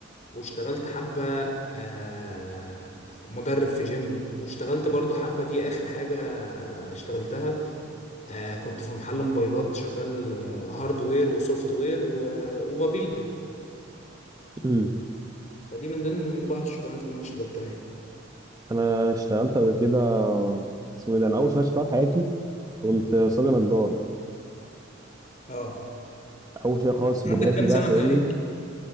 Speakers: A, on the left; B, on the right.
A: واشتغلت حبه آه، مدرب في جيم واشتغلت برضو حبه دي اخر حاجه اشتغلتها آه كنت في محل موبايلات شغال آه، هاردوير وسوفت وير و- وببيع
B: أمم.
A: فدي من ضمن بعض الشغلانات اللي انا اشتغلتها يعني
B: انا اشتغلت قبل كده اسمه ايه ده انا اول شغل اشتغلتها في حياتي كنت صبي نجار
A: اه
B: اول شيء خالص
A: ده كان
B: بدايتي
A: عندك كام
B: بقى
A: سنة
B: فاهمني
A: تقريبا